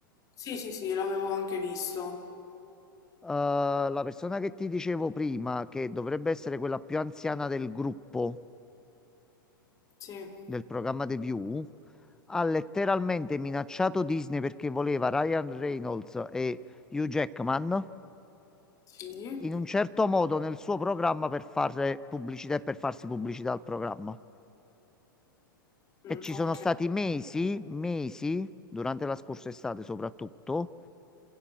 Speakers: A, on the left; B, in the centre.
A: Sì, sì, sì, l'avevo anche visto.
B: Eh, la persona che ti dicevo prima, che dovrebbe essere quella più anziana del gruppo
A: Sì,
B: del programma The View, ha letteralmente minacciato Disney perché voleva Ryan Reynolds e Hugh Jackman
A: sì,
B: in un certo modo nel suo programma per fare pubblicità e per farsi pubblicità al programma. E
A: Mm,
B: ci
A: ok,
B: sono stati mesi, mesi, durante la scorsa estate soprattutto,